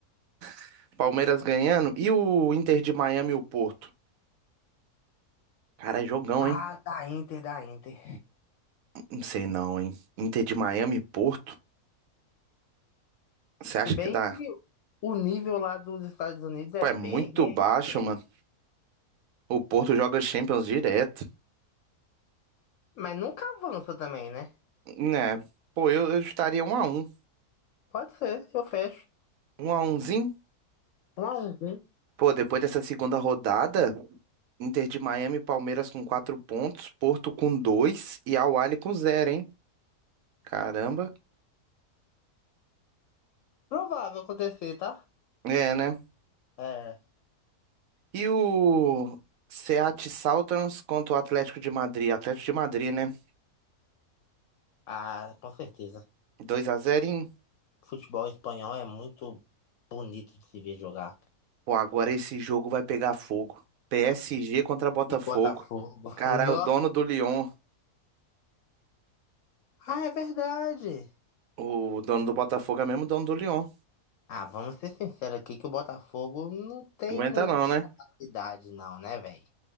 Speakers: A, on the right; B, on the left.
A: <laughs> Palmeiras ganhando, e o Inter de Miami e o Porto? Cara, é jogão,
B: Ah,
A: hein?
B: da Inter, da Inter.
A: Não sei não, hein? Inter de Miami e Porto? Você acha
B: Se bem
A: que dá?
B: que o nível lá dos Estados Unidos é
A: Pô,
B: bem
A: é muito baixo,
B: diferente.
A: mano. O Porto joga Champions direto.
B: Mas nunca avança também, né?
A: Né? Pô, eu, eu estaria um a um.
B: Pode ser, eu fecho.
A: Um a umzinho.
B: Um a um, hein?
A: Pô, depois dessa segunda rodada, Inter de Miami e Palmeiras com quatro pontos, Porto com dois e Al Ahly com zero, hein? Caramba.
B: Provável acontecer, tá?
A: É, né?
B: É.
A: E o Seattle Sounders contra o Atlético de Madrid. Atlético de Madrid, né?
B: Ah, com certeza.
A: 2 a zero em...
B: Futebol espanhol é muito bonito de se ver jogar.
A: Pô, agora esse jogo vai pegar fogo. PSG contra Botafogo.
B: E Botafogo.
A: Cara,
B: <laughs> Nossa.
A: é o dono do Lyon,
B: Ah, é verdade.
A: o dono do Botafogo é mesmo o dono do Lyon.
B: Ah, vamos ser sinceros aqui que o Botafogo não tem
A: Aguenta
B: muita
A: não, né?
B: capacidade, não, né, velho?